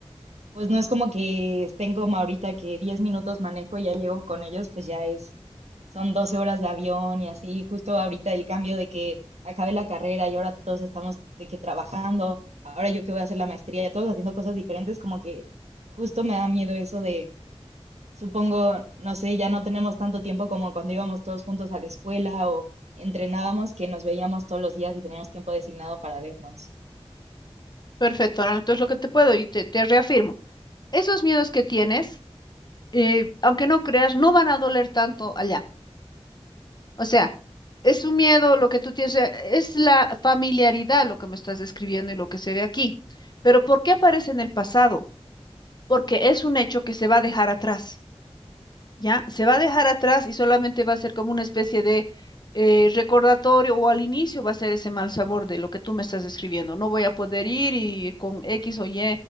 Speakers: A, on the right (about 80°); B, on the left (about 40°).
A: pues no es como que estén como ahorita que 10 minutos manejo y ya llego con ellos, pues ya es, son 12 horas de avión y así, justo ahorita el cambio de que acabé la carrera y ahora todos estamos de que trabajando, ahora yo que voy a hacer la maestría, todos haciendo cosas diferentes, como que justo me da miedo eso de, supongo, no sé, ya no tenemos tanto tiempo como cuando íbamos todos juntos a la escuela o entrenábamos que nos veíamos todos los días y teníamos tiempo designado para vernos.
B: Perfecto, ahora entonces lo que te puedo y te, te reafirmo, esos miedos que tienes, eh, aunque no creas, no van a doler tanto allá. O sea, es un miedo lo que tú tienes, o sea, es la familiaridad lo que me estás describiendo y lo que se ve aquí. Pero ¿por qué aparece en el pasado? Porque es un hecho que se va a dejar atrás. ¿ya? Se va a dejar atrás y solamente va a ser como una especie de eh, recordatorio o al inicio va a ser ese mal sabor de lo que tú me estás escribiendo. No voy a poder ir y con X o Y